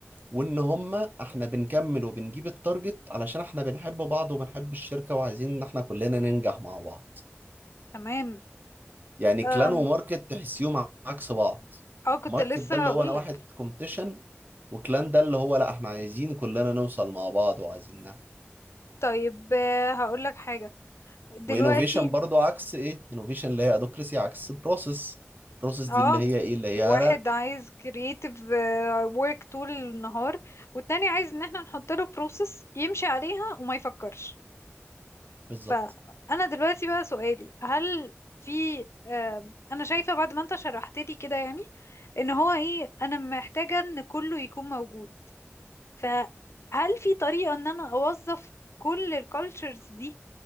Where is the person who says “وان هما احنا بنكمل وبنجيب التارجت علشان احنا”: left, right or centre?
Right